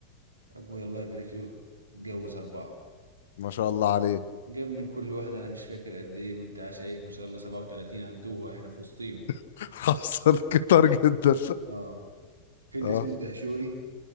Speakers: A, on the right; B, on the left.
A: أبوي الله يبارك له اتجوز أربعة
B: ما شاء الله عليه
A: جاب من كل واحدة أنا مش فاكر قد إيه ما أنت شايف ما شاء الله 37 عنتوه إحنا في وسطيهم
B: <laughs> حصل كتر جدا
A: آه في اللي
B: اه
A: اسمه الدهشوري